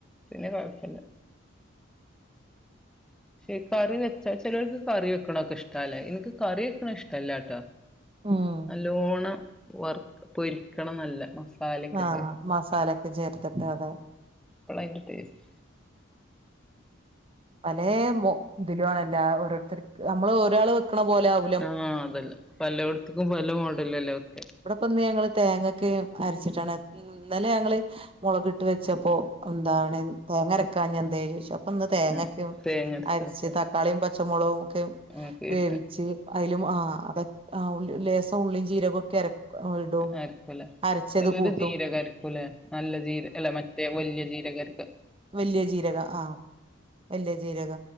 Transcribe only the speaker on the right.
ഉം
ആഹ്
മസാലക്കെ ചേർത്തിട്ട് അതെ
പല ഇതിലു ആണല്ല ഓരോരുത്തർക്ക് നമ്മള് ഒരാള് വെക്കണ പോലെ ആവു
ഇവിടെ പിന്ന് ഞങ്ങള് തേങ്ങൊക്കെ അരച്ചിട്ടാണ് ഇന്നലെ ഞങ്ങള് മുളകി ട്ടു വെച്ചപ്പോ എന്താണ് തേങ്ങരക്കാഞ്ഞെ എന്തേന്ന് ചോച്ചു അപ്പൊ ഇന്ന് തേങ്ങക്ക്‌
അരിച്ചി ട്ട് തക്കാളിയും പച്ചമുളകൊക്കെ
വേവിച്ച്
അയിലു ആഹ് അത ആഹ് ഓല് ലേസം ഉള്ളിയും ജീരകൊക്കെ അര ഇടും
അരച്ചത്
കൂട്ടും
വല്യ ജീരക ആഹ് വല്യ ജീരക